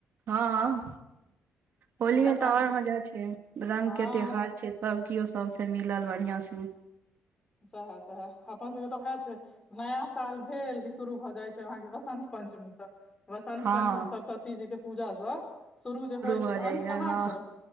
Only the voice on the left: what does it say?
पूजा
पाठ
के
हँ
सैहे सैहे अपन सबके तऽ वैहे छै नया साल भेल कि शुरू भऽ जाइत छै वहाँके वसन्त पञ्चमीसँ वसंत
पंचमी सरस्वती जी के पूजाँ स शुरू जे होइ
छै तऽ
अन्त कहाँ
छै